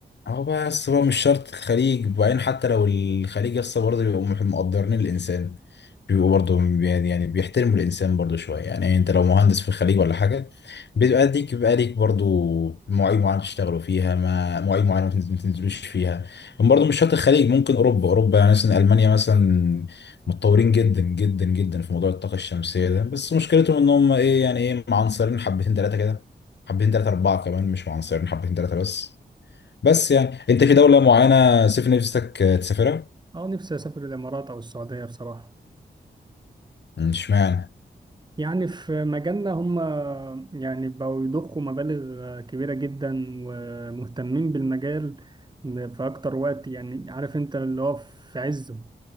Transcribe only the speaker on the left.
هو بقى بس بقى مش شرط الخليج وبعدين حتى لو الخليج يسطا برضه بيبقوا مح- مقدرين الإنسان بيبقوا برضه بي- يعني يعني بيحترموا الإنسان برضه شوية يعني أنت لو مهندس في الخليج ولا حاجة بيبقى ليك بيبقى ليك برضه مواعيد معينة تشتغلوا فيها ما مواعيد معينة ما تنز- ما تنزلوش فيها برضه مش شرط الخليج ممكن أوروبا أوروبا يعني مثلا ألمانيا مثلا متطورين جدا جدا جدا في موضوع الطاقة الشمسية ده بس مشكلتهم إن هم إيه يعني إيه معنصرين حبتين تلاتة كده حبتين تلاتة أربعة كمان مش معنصرين حبتين تلاتة بس بس يعني انت في دولة معينة سيف نفسك آه، تسافرها؟
مم، اشمعنى؟